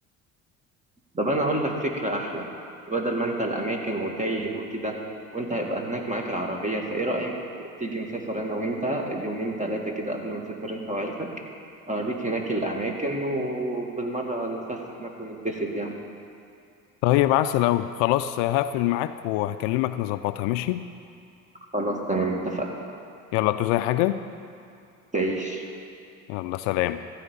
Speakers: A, on the right (about 15°); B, on the left (about 70°).
A: طب انا هقول لك فكره احلى بدل ما انت الاماكن وتايه وكده وانت هيبقى هناك معاك العربيه فايه رايك تيجي نسافر انا وانت يومين ثلاثه كده قبل ما تسافر انت وعيلتك اوريك هناك الاماكن وبالمره نتفسح هناك ونتبسط يعني
B: طيب عسل أوي خلاص هقفل معاك وهكلمك نظبطها ماشي
A: خلاص تمام اتفقنا
B: يلا تو زي حاجة
A: تعيش
B: يلا سلام